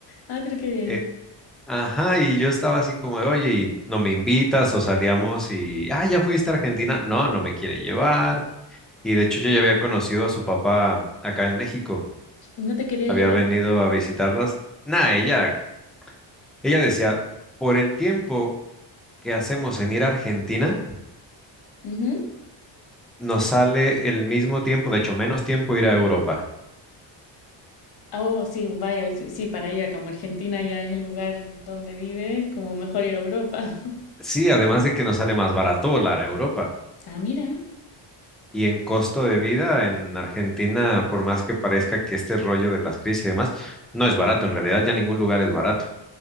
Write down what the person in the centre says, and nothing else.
Eh, Ajá, y yo estaba así como de, oye, ¿y no me invitas o salíamos y, ah, ya fuiste a Argentina. No, no me quiere llevar. Y de hecho yo ya había conocido a su papá acá en México.
Había
venido a visitarnos. Nah, ella, ella decía, por el tiempo que hacemos en ir a Argentina,
nos sale el mismo tiempo, de hecho menos tiempo ir a Europa.
Sí, además de que nos sale más barato volar a Europa.
Y en costo de vida en Argentina, por más que parezca que este rollo de las crisis y demás, no es barato. En realidad ya ningún lugar es barato.